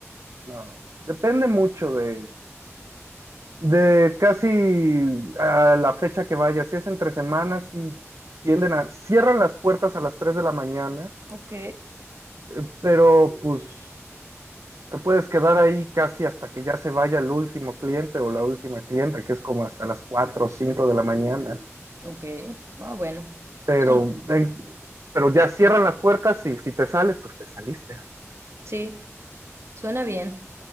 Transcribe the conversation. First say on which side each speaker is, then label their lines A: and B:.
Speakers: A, on the right; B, on the right.
A: no. Depende mucho de, de casi a la fecha que vaya. Si es entre semanas, y tienden a... Cierran las puertas a las 3 de la mañana,
B: Ok.
A: eh, pero pues te puedes quedar ahí casi hasta que ya se vaya el último cliente o la última clienta, que es como hasta las 4 o 5 de la mañana.
B: Ok. Ah, bueno.
A: Pero,
B: Son...
A: en- pero ya cierran las puertas y si te sales, pues te saliste.
B: Sí. Suena bien.